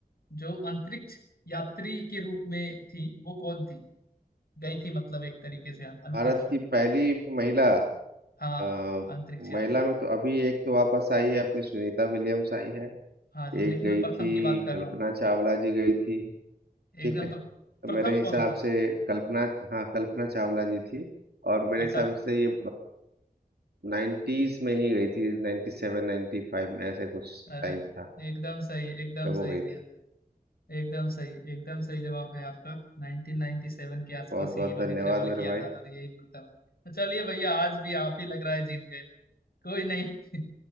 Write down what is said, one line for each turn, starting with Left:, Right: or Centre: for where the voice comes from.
Left: जो अंतरिक्ष यात्री के रूप में थी वो कौन थी गई थी मतलब एक तरीके से अं- अंतरिक्ष
Right: भारत
Left: में
Right: की पहली महिला अ,
Left: हाँ अंतरिक्ष यात्री
Right: महिला में तो अभी एक तो वापस आई है अपनी सुनीता विलियम्स आई है
Left: हाँ जी
Right: एक
Left: लेकिन
Right: गई
Left: मैं प्रथम
Right: थी
Left: की बात कर
Right: कल्पना
Left: रहा हूँ
Right: चावला जी गई थी ठीक
Left: एकदम
Right: है तो
Left: तो प्रथम
Right: मेरे हिसाब
Left: कौन थी
Right: से कल्पना हाँ कल्पना चावला जी थी और मेरे
Left: अच्छा
Right: हिसाब से ये नाइन्टीज में ही गई थी नाइन्टी सेवन नाइन्टी फाइव में ऐसे कुछ
Left: अरे
Right: टाइम था
Left: एकदम सही एकदम
Right: जब
Left: सही
Right: वो गई
Left: भैया
Right: थी
Left: एकदम सही एकदम सही जवाब है आपका 1997 के आसपास
Right: बहुत बहुत
Left: ही इन्होंने
Right: धन्यवाद
Left: ट्रेवल किया
Right: मेरे भाई
Left: था और यही प्रथम है तो चलिए भैया आज भी आप ही लग रहा है जीत गए कोई नहीं <laughs>